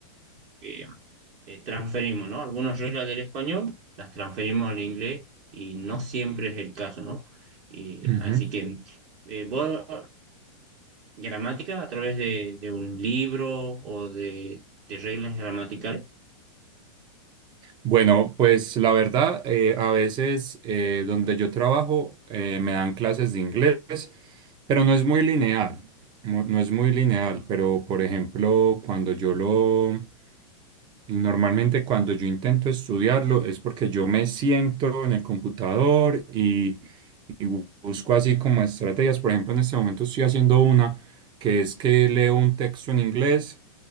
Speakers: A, on the right; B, on the right.
A: que eh, transferimos, ¿no? Algunas reglas del español las transferimos al inglés y no siempre es el caso, ¿no? Y,
B: Ujú.
A: así que eh, vos gramática a través de, de un libro o de, de reglas gramaticales.
B: Bueno, pues la verdad, eh, a veces eh, donde yo trabajo eh, me dan clases de inglés, pero no es muy lineal, mu- no es muy lineal, pero por ejemplo, cuando yo lo, Normalmente cuando yo intento estudiarlo es porque yo me siento en el computador y, y bu- busco así como estrategias. Por ejemplo, en este momento estoy haciendo una que es que leo un texto en inglés,